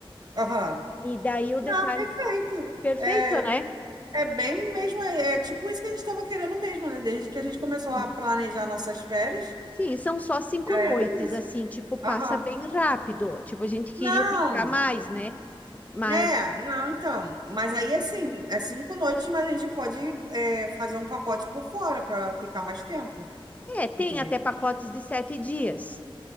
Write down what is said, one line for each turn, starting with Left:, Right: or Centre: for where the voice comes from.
Right: Aham.
Left: E daí o
Right: Ah,
Left: detalhe.
Right: perfeito.
Left: Perfeito,
Right: É,
Left: né?
Right: é bem mesmo, é, é tipo isso que a gente estava querendo mesmo, né? Desde que a gente começou
Left: Sim,
Right: a planejar nossas férias,
Left: Sim, são só cinco
Right: já
Left: noites,
Right: era isso.
Left: assim, tipo, passa
Right: Aham.
Left: bem rápido. Tipo, a gente queria
Right: Não,
Left: ficar mais, né? Mas,
Right: é, não, então. Mas aí, assim, é cinco noites, mas a gente pode é, fazer um pacote por fora para ficar mais tempo,
Left: é, tem
Right: entendeu?
Left: até pacotes de sete dias.